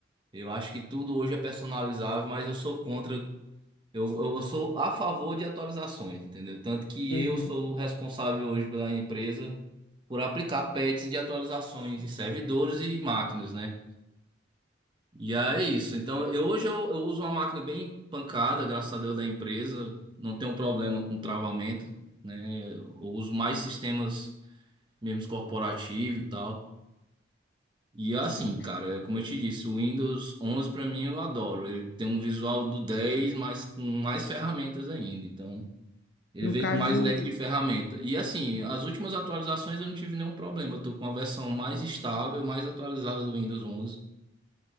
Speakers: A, on the right; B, on the left.
A: Eu acho que tudo hoje é personalizável, mas eu sou contra Eu, eu sou a favor de atualizações, entendeu? Tanto que
B: Uhum.
A: eu sou o responsável hoje pela empresa por aplicar patches de atualizações em servidores e máquinas, né? E aí é isso. Então, eu, hoje eu, eu uso uma máquina bem pancada, graças a Deus, da empresa. Não tenho problema com travamento, né? Eu uso mais sistemas mesmo corporativos e tal. E assim,
B: Sim.
A: cara, é como eu te disse, o Windows 11 pra mim eu adoro. Ele tem um visual do 10, mas com mais ferramentas ainda. Então. Ele
B: No
A: veio
B: caso,
A: com mais leque de ferramenta. E assim, as últimas atualizações eu não tive nenhum problema. Eu tô com a versão mais estável, mais atualizada do Windows 11.